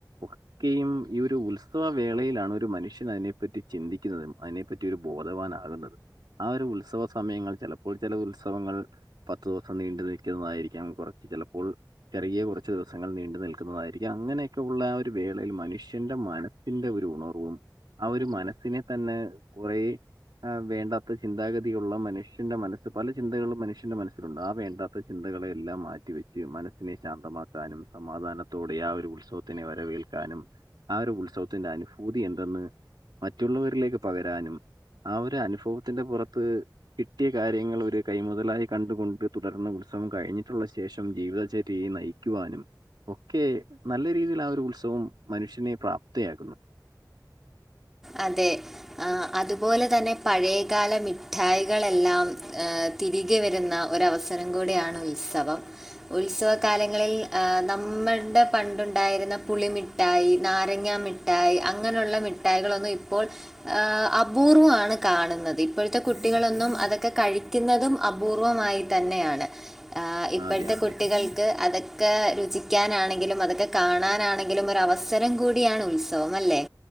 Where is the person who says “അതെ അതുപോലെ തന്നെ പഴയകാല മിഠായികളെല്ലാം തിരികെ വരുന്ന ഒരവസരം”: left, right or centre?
Centre